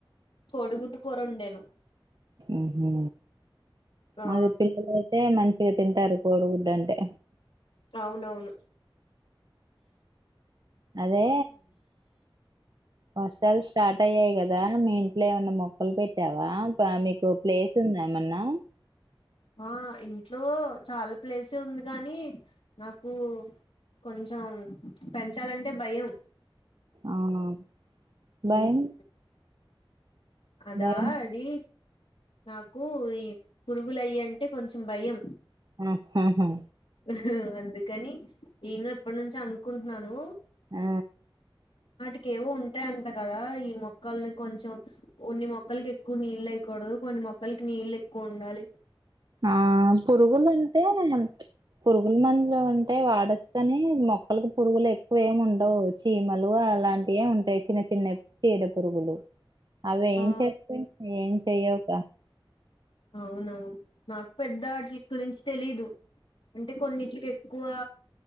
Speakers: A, on the left (about 75°); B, on the right (about 55°).
A: కోడిగుడ్డు కోరొండాను
B: ఉహు
A: ఆ
B: మరి పిల్వలేదు టే మంచిగా తింటారు కోడిగుడ్డు అంటే
A: ఔనవును
B: అదే వర్షాలు స్టార్ట్ అయ్యాయి కదా మీ ఇంట్లో ఏమన్నా మొక్కలు పెట్టావా టా మీకు ప్లేస్ ఉందా ఏమన్నా
A: ఆ ఇంట్లో చాల ప్లేసే ఉంది గానీ నాకు కొంచం పెంచాలంటే భయం
B: ఔనౌను భయం
A: మ్మ్ అదా
B: భయం
A: అది నాకు ఈ పురుగులయ్యీ అంటే కొంచెం భయం
B: ఉ ఉహు
A: ఉహు అందుకని నేను ఎప్పనుంచో అనుకుంటున్నాను
B: ఆ
A: ఆటికేవో ఉంటాయంట కదా ఈ మొక్కల్ని కొంచెం ఒన్ని మొక్కలకి ఎక్కువ నీళ్ళయ్యకూడదు కొన్ని మొక్కలకి నీళ్లు ఎక్కువుండాలి
B: ఆ పురుగులంటే పురుగుల మందులు వుంటే వాడొచ్చు కాని మొక్కలకి పురుగులు ఎక్కువ ఏమి ఉండవు చీమలూ, అలాంటియే ఉంటై చిన్న చిన్నయ్ పీడ పురుగులు. అవ్వేం
A: ఆ
B: చేస్తయి? ఏం చెయ్యవుకా?
A: ఔనౌను, నాకు పెద్దాట్రిక్ గురించి తెలియదు. అంటె కొన్నీట్లకు ఎక్కువా